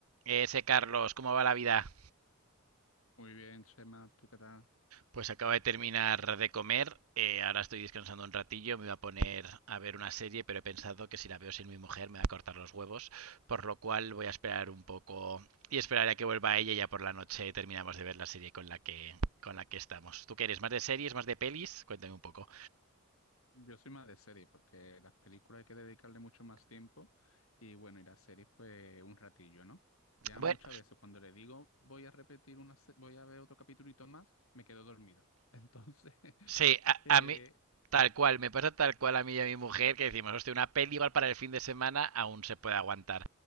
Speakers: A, on the right; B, on the left.
A: Ese Carlos, ¿cómo va la vida?
B: Muy bien, Chema, ¿tú qué tal?
A: Pues acabo de terminar de comer, eh, ahora estoy descansando un ratillo, me voy a poner a ver una serie, pero he pensado que si la veo sin mi mujer me va a cortar los huevos, por lo cual voy a esperar un poco y esperaré a que vuelva ella y ya por la noche terminamos de ver la serie con la que con la que estamos. ¿Tú qué eres? ¿Más de series, más de pelis? Cuéntame un poco.
B: Yo soy más de serie porque las películas hay que dedicarle mucho más tiempo y bueno, y las series pues un ratillo, ¿no? Ya
A: Bueno,
B: muchas veces cuando le digo voy a repetir una, se- voy a ver otro capitulito más, me quedo dormido. <laughs> Entonces, <laughs>
A: Sí, a,
B: eh,
A: a mí, tal cual, me pasa tal cual a mí y a mi mujer que decimos, hostia, una peli igual para el fin de semana aún se puede aguantar.